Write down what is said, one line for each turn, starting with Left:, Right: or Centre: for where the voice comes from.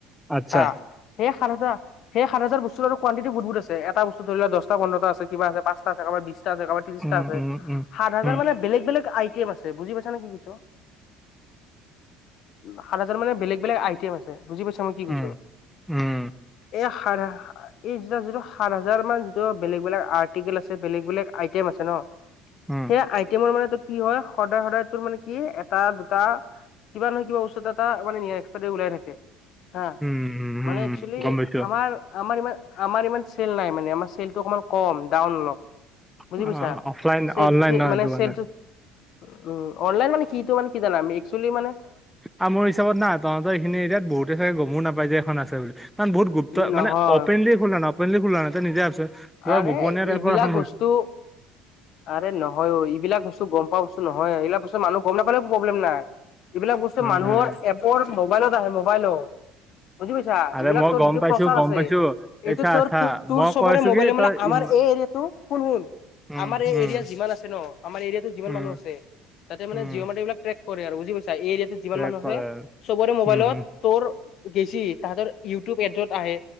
Centre: আচ্ছা।
Left: হা সেই সাত হাজাৰ, সেই সাত হাজাৰ বস্তু আৰু কুৱাণ্টি বহুত বহুত আছ এটা বস্তু ধৰিল দহটা পোন্ধৰটা আছে, কিবা আছে পাচটা আছে, কাৰোবাৰ বিশছটা আছে, কাৰোবাৰ ত্ৰিশছটা
Centre: উম
Left: আছে,
Centre: উম উম
Left: সাত হাজাৰ
Centre: উম
Left: মানে বেলেগ বেলেগ আইটেম আছে। বুজি পাইছানে কি কৈছো? সাত হাজাৰ মানে বেলেগ বেলেগ আইটেম আছে। বুজি পাইছা মই কি কৈছো?
Centre: উম উম
Left: এই সা এই যিতা-যিটো সাত হাজাৰ মান যিটো বেলেগ-বেলেগ আৰ্টিকেল আছে, বেলেগ বেলেগ আইটেম আছে ন
Centre: উম।
Left: সেই আইটেমৰ মানে তটো কি হয়। সদায় সদায় তোৰ মানে কি এটা দুটা কিবা নহয় কিবা বস্তু এটা মানে নেয়াৰ এক্সপাইৰ দেট ওলাই থাকে। হা।
Centre: উম উম উম,
Left: মানে একচুৱেলী
Centre: গম পাইছো
Left: আমাৰ-আমাৰ ইমান, আমাৰ ইমান চেল নাই মানে, আমাৰ চেলটো অকণমান কম, ডাউন অলপ। বুজি
Centre: অ
Left: পাইছা?
Centre: অফলাইন
Left: চে-চে
Centre: অনলাইন নহয়
Left: মানে
Centre: সেইটো কাৰণে
Left: চেলটো উ অনলাইন মানে কি তটো মানে কি জানা একচুৱেলি মানে
Centre: কামোৰ হিচাপত না তহতৰ এইখিনি এৰিয়াত বহুতে চাগে গমো নাপাই যায় এখন আছে বুলি কাৰণ বহুত গুপ্ত
Left: নহয়
Centre: মান অপনলি খো না অপেনলি খোলা নিজে ভাবচোন পুৰা
Left: আৰে
Centre: গোপনীয়া
Left: এইবিলাক
Centre: টাইপৰ এখন
Left: বস্তু আৰে নহয় অ এইবিলাক বস্তু গম পা বস্তু নয়, এইবাক বস্তু মানুহ গম নাপালে একো প্ৰব্লেম নাই। এইবিলাক বস্তু
Centre: খুলিছে
Left: মানুহৰ এপৰ মোবাইলত আহে মোবাইলত। বুজি পাইছা?
Centre: আৰে
Left: এইবিলাক
Centre: মই
Left: তোৰ
Centre: গম
Left: যিটো
Centre: পাইছো
Left: প্ৰচাৰ
Centre: গম
Left: আছে।
Centre: পাইছো এই
Left: এইটো
Centre: চা
Left: তোৰ
Centre: চা
Left: তোৰ
Centre: মই
Left: চব
Centre: কৈ আছো
Left: মবাইলে
Centre: কি তই
Left: আমাৰ
Centre: ইম
Left: এই এৰিয়াটো শুন শুন
Centre: উম
Left: আমাৰ এই
Centre: উম
Left: এৰিয়াাত যিমান আছে ন, আমাৰ এৰিয়াতো যিমান
Centre: উম
Left: মানুহ আছে, তাতে মানে
Centre: উম
Left: জ মাৰি কৰে আৰু বুজি পাইছা? এয়া যিমান
Centre: ৰেপ
Left: মানুহ
Centre: কৰে
Left: আছে চবৰে মোবাইলত
Centre: উম উম
Left: তোৰ গেছি তাহাঁতৰ ইউটিউব এডত আহে,